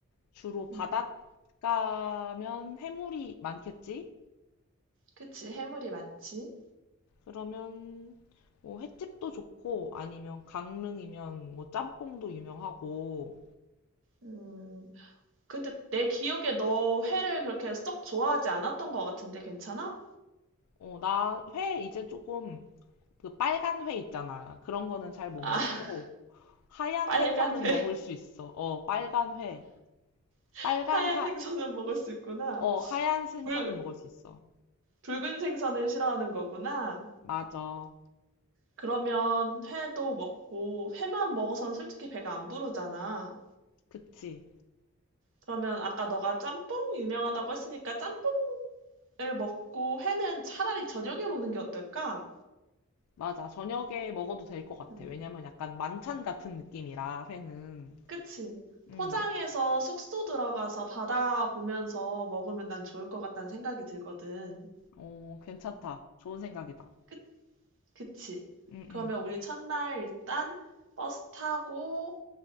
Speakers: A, on the left (about 90°); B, on the right (about 60°).
A: 주로 바닷가면
B: 음,
A: 해물이 많겠지?
B: 그치. 해물이 많지.
A: 그러면 뭐 횟집도 좋고 아니면 강릉이면 뭐 짬뽕도 유명하고
B: 음, 근데 내 기억에 너 회를 그렇게 썩 좋아하지 않았던 것 같은데 괜찮아?
A: 어, 나 회 이제 조금 그 빨간 회 있잖아. 그런 거는 잘 못 먹고
B: 아, <laughs>
A: 하얀
B: 빨간
A: 생선은
B: 회,
A: 먹을 수 있어. 어, 빨간 회.
B: <laughs>
A: 빨간
B: 하얀
A: 사,
B: 생선은 먹을 수 있구나.
A: 어, 하얀 생선은
B: 붉,
A: 먹을 수 있어.
B: 붉은 생선을 싫어하는 거구나.
A: 맞아.
B: 그러면 회도 먹고, 회만 먹어서는 솔직히 배가 안 부르잖아.
A: 그치.
B: 그러면 아까 너가 짬뽕 유명하다고 했으니까 짬뽕을 먹고 회는 차라리 저녁에 먹는 게 어떨까?
A: 맞아. 저녁에 먹어도 될 것 같아.
B: 응.
A: 왜냐면 약간 만찬 같은 느낌이라, 회는.
B: 그치?
A: 음,
B: 포장해서 숙소 들어가서 바다 보면서 먹으면 난 좋을 것 같다는 생각이 들거든.
A: 어, 괜찮다. 좋은 생각이다.
B: 그, 그치?
A: 응,
B: 그러면
A: 응.
B: 우리 첫날 일단 버스 타고